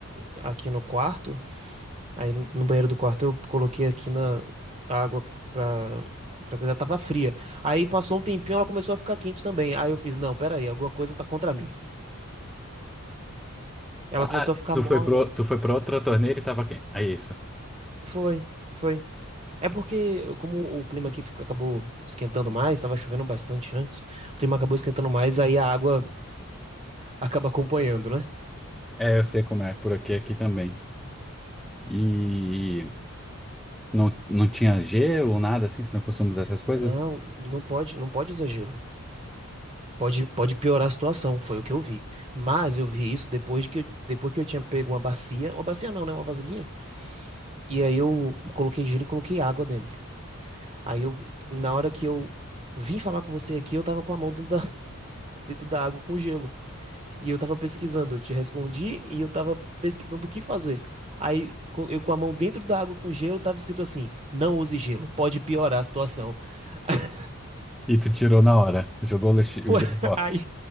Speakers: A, on the right (about 30°); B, in the centre.
A: aqui no quarto, aí no banheiro do quarto eu coloquei aqui na a água pra para coisa tava fria. Aí passou um tempinho, ela começou a ficar quente também. Aí eu fiz, não, pera aí, alguma coisa tá contra mim. Ela
B: Ah,
A: começou a ficar
B: tu
A: morna.
B: foi pro, tu foi pra outra torneira e tava quente. É isso.
A: Foi, foi. É porque como o clima aqui ficou- acabou esquentando mais, tava chovendo bastante antes, o clima acabou esquentando mais, aí a água acaba acompanhando, né?
B: É, eu sei como é, por aqui, aqui também. E não, não tinha gelo, ou nada assim, você não costuma usar essas coisas?
A: Não, não pode, não pode usar gelo. Pode, pode piorar a situação, foi o que eu vi. Mas eu vi isso depois de que eu, depois que eu tinha pego uma bacia, uma bacia não, né, uma vasilhinha. E aí eu coloquei gelo e coloquei água dentro. Aí eu, na hora que eu vim falar com você aqui, eu tava com a mão dentro da, <laughs> dentro da água com gelo. E eu tava pesquisando, eu te respondi e eu tava pesquisando o que fazer. Aí co- eu com a mão dentro da água com gelo, tava escrito assim: não use gelo, pode piorar a situação. <laughs>
B: E tu tirou na hora, jogou o lixo-
A: Foi-
B: o gelo fora.
A: Aí